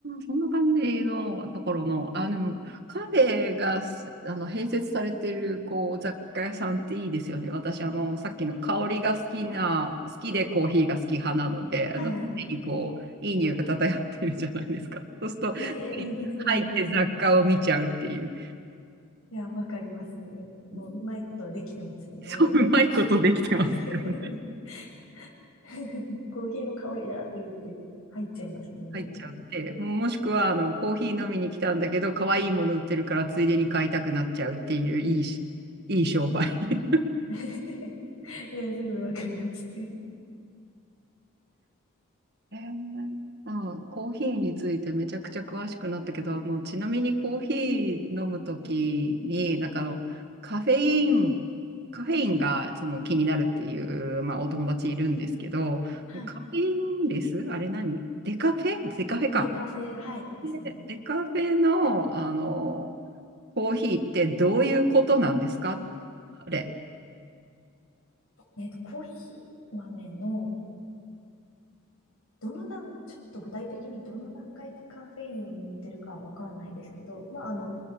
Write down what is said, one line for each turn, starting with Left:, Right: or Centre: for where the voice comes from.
Right: そんな感じのところの、あ、でもカフェがすあの併設されてるこう雑貨屋さんっていいですよね。私、あの、さっきの香りが好きな、好きでコーヒーが好き派なので、
Left: はい。
Right: あの、常にこう、いい匂いが漂ってるじゃないですか。そうすると、
Left: いや、いや、いいですよね。
Right: 入って雑貨を見ちゃうっていう。
Left: いや、わかりますね。もう、
Right: <laughs>
Left: うまいことできてますよね。
Right: そう、うまいことできてますよね
Left: <laughs> <laughs> コーヒーの香りだって言って入っちゃいますもんね。
Right: 入っちゃって、もうもしくはあのコーヒー飲みに来たんだけど、可愛いもの売ってるからついでに買いたくなっちゃうっていういいし、いい商売。<laughs>
Left: <laughs> いや、すごいわかりますね。
Right: えーあ、コーヒーについてめちゃくちゃ詳しくなったけど、あのちなみにコーヒー飲むときに、なんかあのカフェイン、カフェインがその気になるっていう、まあ、お友達いるんですけど、
Left: はい。
Right: カフェインレスあれ何デカフェデカフェか。
Left: で、カフェ、はい、ですね。
Right: でデカフェの、あの、コーヒーってどういうことなんですかあれ。
Left: えっと、コーヒー豆の、どの段、ちょっと具体的にどの段階でカフェインを抜いてるかはわかんないですけど、まあ、あの、